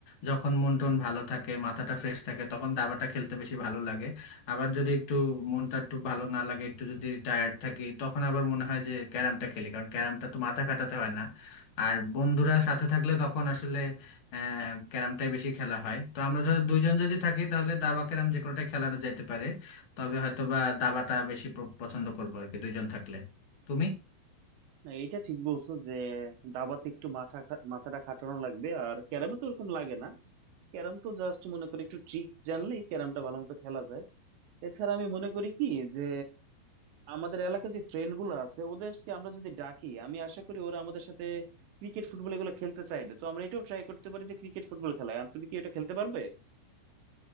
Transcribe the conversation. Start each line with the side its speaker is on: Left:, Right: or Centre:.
Left: যখন মন টন ভালো থাকে মাথাটা ফ্রেশ থাকে তখন দাবাটা খেলতে বেশি ভালো লাগে আবার যদি একটু মনটা একটু ভালো না লাগে একটু যদি টায়ার্ড থাকি তখন আবার মনে হয় যে ক্যারামটা খেলি কারণ ক্যারামটা তো মাথা খাটাতে হয় না আর বন্ধুরা সাথে থাকলে তখন আসলে আহ ক্যারামটাই বেশি খেলা হয় তো আমরা ধরো দুইজন যদি থাকি তাহলে দাবা ক্যারাম যে কোনোটাই খেলানো যেতে পারে তবে হয়তো বা দাবাটা বেশি প- পছন্দ করবো আর কি দুইজন থাকলে তুমি
Right: না এটা ঠিক বলছো যে দাবাতে একটু মাথা খা- মাথাটা খাটানো লাগবে আর ক্যারামে তো ওরকম লাগে না ক্যারাম তো জাস্ট মনে করি একটু ট্রিক্স জানলেই ক্যারামটা ভালো মতো খেলা যায় এছাড়া আমি মনে করি কি যে আমাদের এলাকার যে ফ্রেন্ড গুলো আছে ওদেরকে আমরা যদি ডাকি আমি আশা করি ওরা আমাদের সাথে ক্রিকেট ফুটবল এগুলো খেলতে চাইবে তো আমরা এটাও ট্রাই করতে পারি যে ক্রিকেট ফুটবল খেলায় আম- তুমি কি এটা খেলতে পারবে